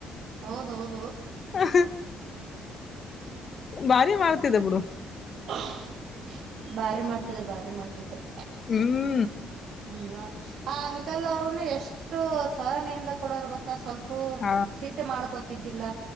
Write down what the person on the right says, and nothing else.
ಹೌದೌ ಹೌದ
<unintelligible> ಬಾರಿ ಮಾಡ್ತಿದ್ರ ಬಾರಿ ಮಾಡ್ತಿದ್ರ..
ಹ್ಮ್ ಆ ಅಂಕಲ್ ಅವರುನು ಎಷ್ಟು ಸಹನೆಯಿಂದ ಕೂಡೋರು ಗೊತ್ತ ಒಟ್ಟ ಸ್ವಲ್ಪು
ಸಿಟ್ಟು ಮಾಡ್ಕೋತಿದ್ದಿಲ್ಲ